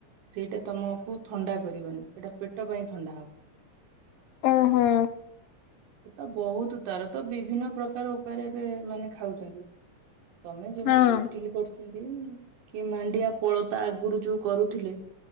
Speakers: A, on the right (about 90°); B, on the left (about 80°).
A: ସେଇଟା ତୋମକୁ ଥଣ୍ଡା କରିବନି ସେଇଟା ପେଟ ପାଇଁ ଥଣ୍ଡା ହବ।
B: ଓ ହୋ।
A: ଏ ତ ବହୁତ ତାର ତ ବିଭିନ୍ନ ପ୍ରକାର ଉପାୟରେ ଏବେ ମାନେ ଖାଉଛନ୍ତି। ତୋମେ ଯେମିତି
B: ହଁ
A: ଇଟିଲି କରୁଛନ୍ତି କି ମାଣ୍ଡିଆ ପଳତା ଆଗରୁ ଯୋଉ କରୁ ଥିଲେ,